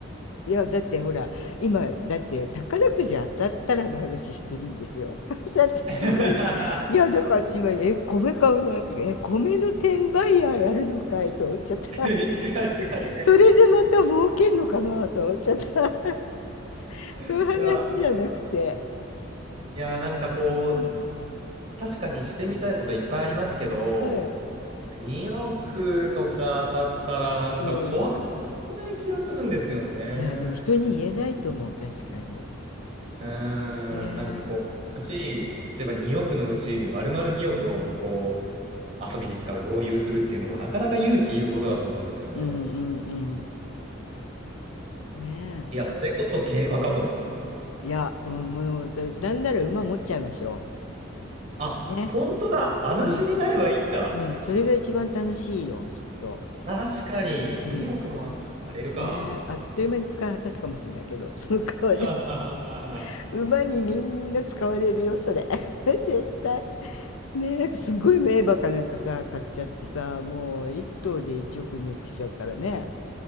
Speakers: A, on the left; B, on the right.
A: いや、だってほら、今、だって宝くじ当たったらの話してるんですよ。<laughs> だってすごいね。
B: <laughs>
A: いや、
B: 違
A: だから私今、え、米買うなとか、え、米の転売ヤーやるのかいと思っちゃった。
B: う違う違う。
A: <laughs> それでまた儲けんのかなと思っちゃった。<laughs> そういう話じゃなくて。
B: いや、いや、なんかこう、
A: うん。
B: 確かにしてみたいこといっぱいありますけど、
A: はい。
B: 2億とか当たったらなんか怖くていけない気がするんですよね。
A: うん。いや、でも人に言えないと思う、確かに。
B: うーん、
A: ねえ
B: なんかこう、だし、例えば2億のうち丸々2億をこう遊びに使う、豪遊するっていうのもなかなか勇気いることだと思うんですよね。
A: うんうんうん。ねえ、
B: いや、
A: ね
B: それこそ競馬かも。
A: いや、うん、もう、だ、なんなら馬持っちゃいましょ
B: あ、
A: うね。
B: 本当だ。馬主になればいいんだ。
A: う。ん、うん、それが一番楽しいよ、きっと。
B: 確かに、
A: うん。
B: 2億もあったらなれるか。
A: ねえ、あっという間に使い果たすかもしれないけど、その代わり、
B: <laughs>
A: <laughs> 馬にみんな使われるよ、それ。<laughs> 絶対。ねえ、なんかすっごい名馬かなんかさ、買っちゃってさ、もう一頭で1億2億しちゃうからね。